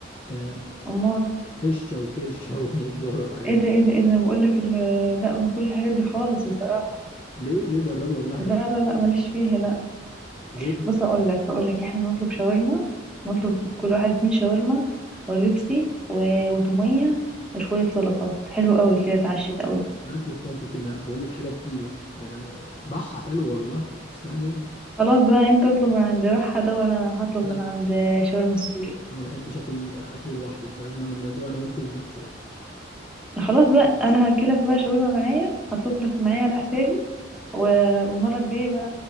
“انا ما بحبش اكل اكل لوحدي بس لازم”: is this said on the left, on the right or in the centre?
Left